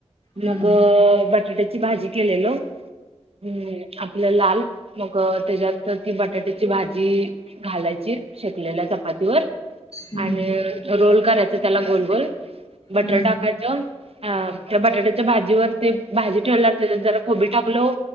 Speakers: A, on the left; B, on the right.
A: हम्म
B: मग बटाट्याची भाजी केलेल. हम्म. आपलं लाल मग त्याच्या ती बटाट्याची भाजी घालायची. शेकलेल्या चपातीवर
A: हम्म
B: आणि रोल करायच त्याला गोल गोल. बटर
A: हम्म
B: टाका. अ त्या बटाट्याच्या भाजीवर ते भाजी ठेवणार त्या जरा खोबी टाकलो.